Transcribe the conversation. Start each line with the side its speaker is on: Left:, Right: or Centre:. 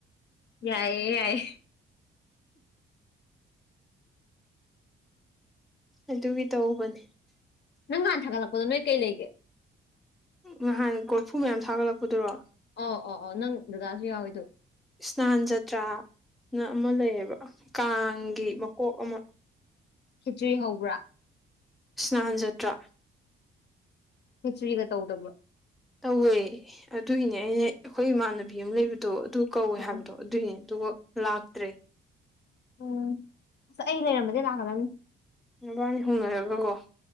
Left: ꯌꯥꯏꯌꯦ ꯌꯥꯏꯌ‌ꯦ
Centre: ꯑꯗꯨꯒꯤ ꯇꯧꯕꯅꯤ
Left: ꯅꯪ ꯉꯍꯥꯟ ꯊꯥꯒꯠꯂꯛꯄꯗꯣ ꯅꯣꯏ ꯀꯩ ꯂꯩꯒꯦ
Centre: ꯅꯍꯥꯟ ꯀꯣꯔꯐꯨ ꯃꯌꯥꯝ ꯊꯥꯒꯠꯂꯛꯄꯗꯨꯔꯣ
Left: ꯑ ꯑꯣ ꯑꯣ ꯅꯪ ꯗꯗꯥꯁꯨ ꯌꯥꯎꯋꯦ ꯑꯗꯨ
Centre: ꯏꯁꯅꯥꯟ ꯖꯇ꯭ꯔꯥꯅ ꯑꯃꯥ ꯂꯩꯌꯦꯕ ꯀꯥꯡꯒꯤ ꯃꯀꯣꯛ ꯑꯃꯥ
Left: ꯈꯤꯆꯤꯔꯤ ꯍꯧꯕ꯭ꯔꯥ
Centre: ꯏꯁ꯭ꯅꯥꯟ ꯖꯠꯇ꯭ꯔꯥ
Left: ꯈꯤꯆ꯭ꯔꯤꯒ ꯇꯧꯗꯕ꯭ꯔꯣ
Centre: ꯇꯧꯋꯦ ꯑꯗꯨꯒꯤꯅꯦ ꯑꯩꯅ ꯑꯩꯈꯣꯏ ꯏꯃꯥꯟꯅꯕꯤ ꯑꯃꯥ ꯂꯩꯕꯗꯣ ꯑꯗꯨ ꯀꯧꯋꯦ
Left: ꯎꯝ
Centre: ꯍꯥꯏꯕꯗꯣ ꯑꯗꯨꯏꯅꯦ ꯑꯗꯨꯒ ꯂꯥꯛꯇ꯭ꯔꯦ
Left: ꯎꯝ ꯑꯁ ꯑꯩ ꯂꯩꯔꯝꯕꯗꯤ ꯂꯥꯛꯀꯗꯕꯅꯤ
Centre: ꯃꯕꯥꯅꯤ ꯍꯣꯡꯅꯔꯒ ꯀꫭ